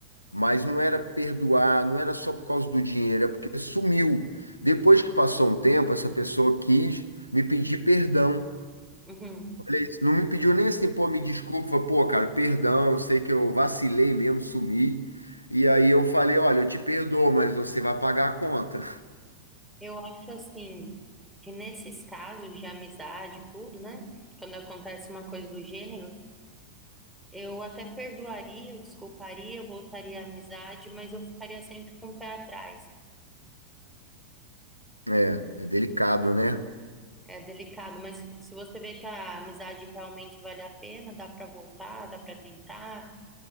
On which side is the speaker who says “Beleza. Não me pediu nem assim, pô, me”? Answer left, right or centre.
Left